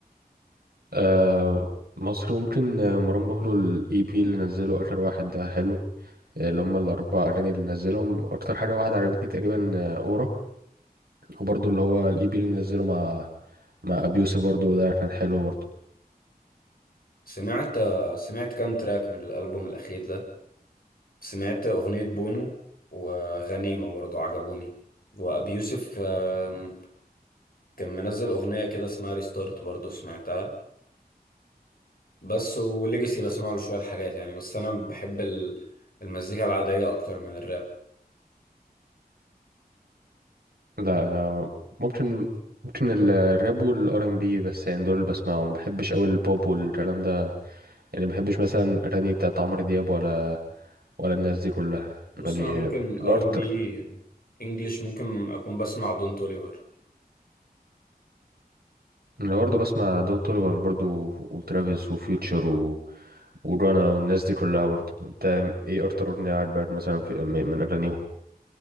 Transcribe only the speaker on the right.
آه مصر ممكن آه، مروان بابلو الاي بي اللي نزله اخر واحد ده حلو آه، اللي هم الاربع اغاني اللي نزلهم اكتر حاجه واحده عجبتني تقريبا آه، اورا وبرضه اللي هو الاي بي اللي نزله مع مع ابي يوسف برضه ده كان حلو برضه
لا انا ممكن ممكن ال- الراب والار ام بي بس يعني دول اللي بسمعهم ما بحبش قوي البوب والكلام ده يعني ما بحبش مثلا اغاني بتاعت عمرو دياب ولا ولا الناس دي كلها
يعني
الاكتر
انا برضو بسمع دون توليفر برضو وترافيس وفيوتشر و ورانا والناس دي كلها برضو انت ايه اكتر اغنيه عجبك مثلا في من من اغانيهم